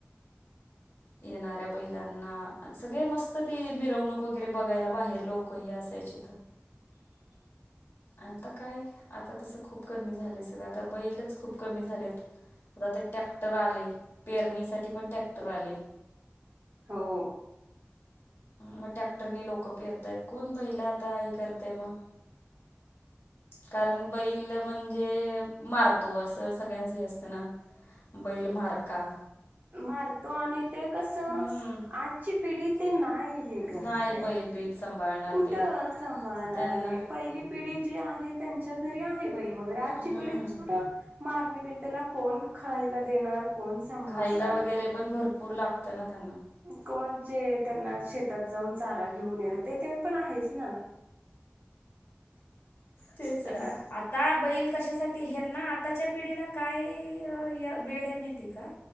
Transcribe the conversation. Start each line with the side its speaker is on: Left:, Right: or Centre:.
Right: हं <inaudible>
Left: येणाऱ्या बैलांना सगळे मस्त ती मिरवणूक वगैरे बघायला बाहेर लोकही असायची.
Right: हं <inaudible>
Left: आता काय आता तसं खूप कमी झालंय सगळं आता बैलच खूप कमी झालेत. आता ते टॅक्टर आले, पेरणीसाठी पण टॅक्टर आले.
Right: हो..
Left: मग टॅक्टरनी लोक पेरतायत कोण बैलं आता हे करतय मग.
Right: ह <inaudible>
Left: कारण बैल म्हणजे <unintelligible> तो असं सगळ्यांचं हे असतना बैल म्हारका.
Right: मारतो आणि ते कसं,
Left: हम्म
Right: आजची पिढी ते नाही हे.
Left: नाही बैल बिल सांभाळणार
Right: कुठं
Left: ते
Right: सांभाळणार
Left: त्यांना
Right: आणि पहिली पिढी जी आहे त्यांच्या घरी आहे बैल वगैरे आजची
Left: हम्म
Right: पिढी कुठं मारणे बिन त्यांना कोण खायला देणार कोण सांभाळणार.
Left: खायला वगैरे
Right: कोण
Left: पण भरपूर लागत ना त्यांना.
Right: कोण जे त्यांना शेतात जाऊन चारा घेऊन येेणार. ते तरी पण आहेच ना.
Left: तेच
Right: त्यांना
Left: ना. आता बैल कशासाठी हेंना, आताच्या पिढीला काय वेड आहे माहिती आहे का?